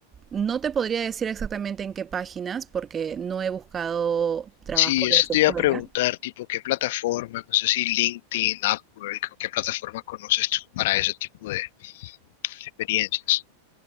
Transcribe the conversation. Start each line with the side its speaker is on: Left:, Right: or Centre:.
Right: no te podría decir exactamente en qué páginas porque no he buscado trabajo
Left: Sí, eso
Right: desde
Left: te iba
Right: fuera.
Left: a preguntar, tipo, ¿qué plataforma? No sé si LinkedIn, Upwork, o qué plataforma conoces tú para ese tipo de experiencias.